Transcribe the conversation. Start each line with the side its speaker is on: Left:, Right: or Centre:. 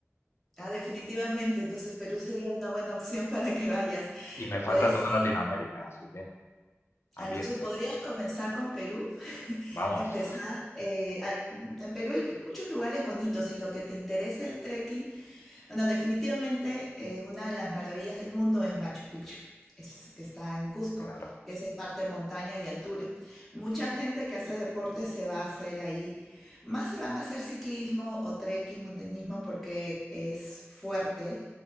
Centre: Ah, definitivamente, entonces Perú sería una buena opción <laughs> para que vayas.
Left: Y me falta
Centre: Puedes
Left: toda
Centre: ir,
Left: Latinoamérica, así que abierto.
Centre: ah, entonces podrías comenzar con Perú
Left: Vamos,
Centre: Empezar.
Left: <laughs>
Centre: eh, a- en Perú hay muchos lugares bonitos y lo que te interesa el trekking bueno, definitivamente eh, una de las maravillas del mundo es Machu Picchu, es- que está en Cusco,
Left: claro.
Centre: que esa es parte de montaña y altura. Mucha gente que hace deporte se va a hacer ahí, más se van a hacer ciclismo o trekking, montañismo, porque es fuerte